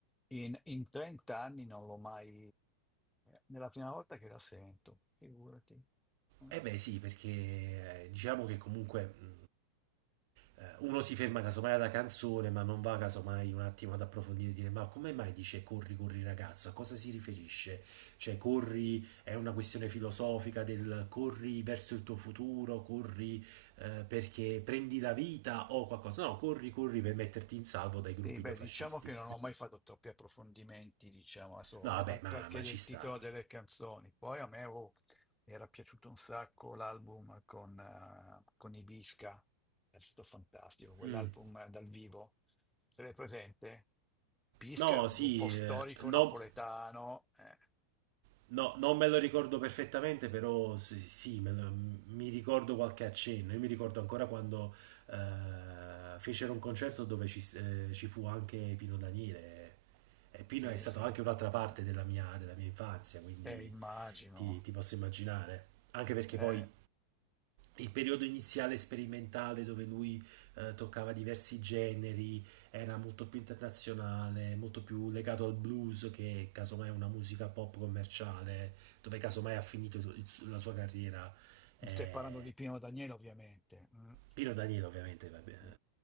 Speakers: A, in the centre; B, on the right (about 50°).
A: in, in 30 anni non l'ho mai... Nella prima volta che la sento, figurati. Eh.
B: Eh beh sì, perché eh, diciamo che comunque mh, eh, uno si ferma casomai alla canzone, ma non va casomai un attimo ad approfondire e dire ma come mai dice corri, corri ragazzo? A cosa si riferisce? Cioè corri è una questione filosofica del corri verso il tuo futuro, corri eh, perché prendi la vita o qualcosa. No, corri, corri per metterti in salvo dai
A: Sì,
B: gruppi
A: beh,
B: neofascisti.
A: diciamo che non ho mai fatto troppi approfondimenti, diciamo, adesso
B: No,
A: al,
B: vabbè,
A: al
B: ma,
A: perché
B: ma
A: del
B: ci sta.
A: titolo delle canzoni. Poi a me oh, era piaciuto un sacco l'album con, eh, con Ibisca, è stato fantastico, quell'album
B: Mm.
A: eh, dal vivo. Se l'hai presente? Pisca
B: No,
A: è un
B: sì,
A: gruppo storico
B: eh, no,
A: napoletano. eh,
B: No, non me lo ricordo perfettamente, però sì, sì, me lo- mi ricordo qualche accenno. Io mi ricordo ancora quando eh, fecero un concerto dove ci, s- eh, ci fu anche Pino Daniele. E Pino
A: Sì,
B: è stato
A: sì,
B: anche
A: sì,
B: un'altra
A: sì.
B: parte della mia, della mia infanzia, quindi
A: Eh, immagino.
B: ti, ti posso immaginare. Anche perché
A: Eh.
B: poi il periodo iniziale sperimentale dove lui eh, toccava diversi generi, era molto più internazionale, molto più legato al blues che casomai è una musica pop commerciale, dove casomai ha finito il- il- la sua carriera. Eh,
A: Stai parlando di Pino Daniele, ovviamente. Mm.
B: Pino Daniele ovviamente, vabbè, eh,
A: Mm.